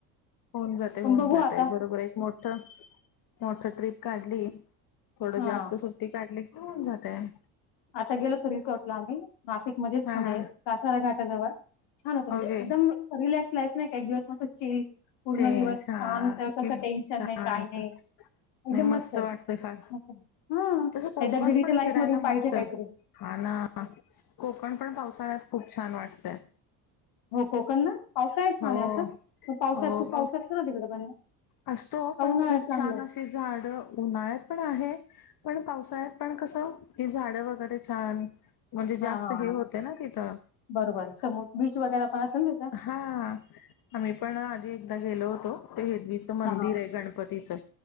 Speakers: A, on the left (about 50°); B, on the left (about 70°).
A: होऊन जातय
B: पण
A: होऊन
B: बघू
A: जातय
B: आता
A: बरोबर एक मोठ मोठ ट्रिप काढली. थोडं
B: हा
A: जास्त सुट्टी काढली की होऊन जातय.
B: आता गेलो होतो रिसोर्टला आम्ही नाशिक मध्येच
A: हा
B: म्हणजे
A: हा
B: कासारा घाटाजवळ छान होतं म्हणजे
A: ओके
B: एकदम रिलॅक्स लाईफ नाय का एक दिवस मस्त चिल पूर्ण
A: चेंज
B: दिवस
A: हा
B: शांत कसं
A: शांत
B: टेन्शन नाही काय नाही. एकदम
A: नाही
B: मस्त ये
A: वाटतय फार
B: हा
A: तसं कोकण
B: एकदा
A: पण
B: <unintelligible> लाईफ
A: फिरायला
B: मधून
A: मस्त
B: पाहिजे काहीतरी
A: हा ना कोकण पण पावसाळ्यात खूप छान वाटतंय.
B: हो कोकण ना पावसा आहे छान
A: हो
B: आहे असंग पावसात
A: हो
B: तू
A: पाऊस
B: पावसच तिकड पण
A: असतो
B: का
A: पण
B: उन्हाळ्यात
A: खूप
B: चांगलं
A: छान
B: आहे
A: असे झाड उन्हाळ्यात पण आहे पण पावसाळ्यात पण कस हे झाड वगैरे छान म्हणजे
B: हा
A: जास्त
B: हा
A: हे
B: हा
A: होते ना तिथं
B: बरोबर समोर बीच वगैरे पण असेल तिथं
A: हा आम्ही पण आधी एकदा गेलो होतो हेदवीचं
B: हा
A: मंदिर
B: हा
A: आहे गणपतीचं